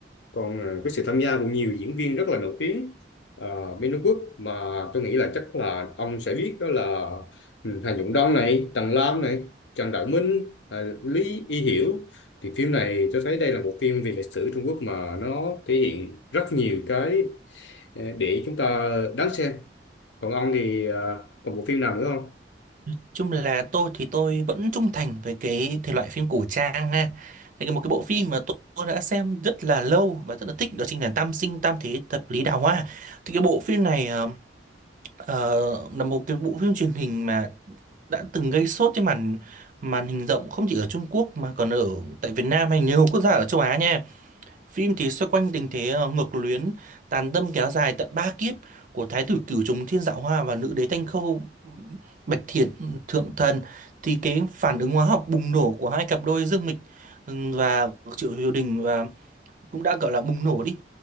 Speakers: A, on the left; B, on the right.
A: còn à, có sự tham gia của nhiều diễn viên rất là nổi tiếng uh, bên Trung Quốc mà tôi nghĩ là chắc là ông sẽ biết đó là ừ, Hà Dũng Đông này Tần Lam này Trần Đạo Minh à, Lý Y Hiểu thì phim này tôi thấy đây là một phim về lịch sử Trung Quốc mà nó thể hiện rất nhiều cái ờ, để chúng ta đáng xem còn ông thì à, còn bộ phim nào nữa không
B: Nói chung là tôi thì tôi vẫn trung thành với cái thể loại phim cổ trang ha. Thì cái một cái bộ phim mà tôi, tôi đã xem rất là lâu và rất là thích đó chính là Tam Sinh Tam Thế Thập Lý Đào Hoa. Thì cái bộ phim này ờ, ờ, là một cái bộ phim truyền hình mà đã từng gây sốt trên màn màn hình rộng không chỉ ở Trung Quốc mà còn ở tại Việt Nam hay nhiều quốc gia ở châu Á nha. Phim thì xoay quanh tình thế ờ, ngược luyến, tàn tâm kéo dài tận ba kiếp của Thái tử Cửu Trùng Thiên Dạo Hoa và nữ đế Thanh Khâu Bạch Thiện Thượng Thần thì cái phản ứng hóa học bùng nổ của hai cặp đôi Dương Mịch ừm, và Triệu Hiểu Đình và cũng đã gọi là bùng nổ đi